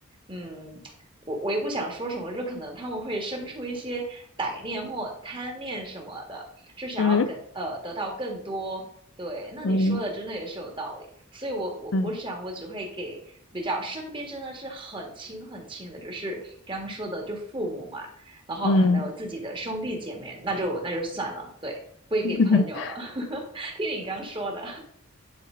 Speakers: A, on the right; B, on the left.
A: 嗯，我我也不想说什么，就可能他们会生出一些歹念或贪念什么的，是想要更呃得到更多。
B: 嗯
A: 对，那你说的真的也是有道理，
B: 嗯
A: 所以我我我想我只会给比较身边真的是很亲很亲的，
B: 嗯
A: 就是刚刚说的就父母嘛，然后可能有自己的兄弟姐妹，
B: 嗯，
A: 那就那就算了，对，不会给朋友了。
B: <laughs>
A: <laughs> 听你刚说的，